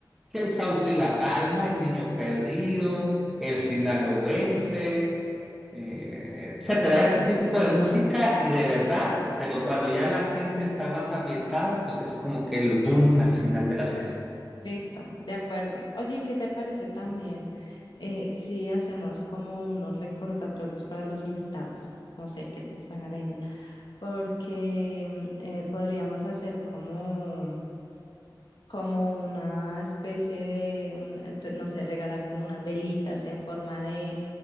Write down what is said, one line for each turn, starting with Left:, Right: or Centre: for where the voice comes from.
Centre: el Sauce y La Palma, El Niño Perdido, El Sinaloense, eh, etcétera, ese tipo de música y de verdad, pero cuando ya la gente está más ambientada, pues es como que el boom al final de la fiesta.
Left: listo, de acuerdo. Oye, ¿y qué te parece también eh, si hacemos como unos recordatorios para los invitados? No sé qué te suena la idea, porque mm, eh, podríamos hacer como, como una especie de, un- de- no sé, regalar como unas velitas en forma de,